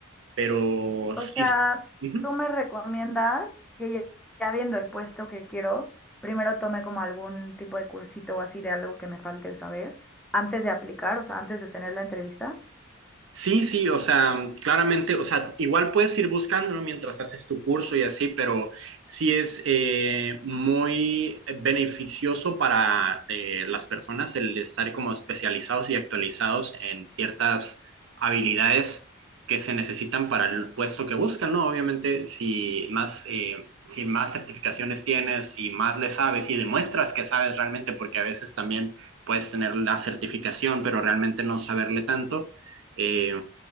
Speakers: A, on the right (about 65°); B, in the centre.
A: pero
B: O
A: sí.
B: sea,
A: Ujú.
B: tú me recomiendas que ya, ya viendo el puesto que quiero, primero tome como algún tipo de cursito o así de algo que me falte saber antes de aplicar, o sea, antes de tener la entrevista.
A: Sí, sí, o sea, claramente, o sea, igual puedes ir buscándolo mientras haces tu curso y así, pero sí es eh, muy beneficioso para eh, las personas el estar como especializados y actualizados en ciertas habilidades que se necesitan para el puesto que buscan, ¿no? Obviamente, si más, eh, si más certificaciones tienes y más le sabes y demuestras que sabes realmente, porque a veces también puedes tener la certificación, pero realmente no saberle tanto eh,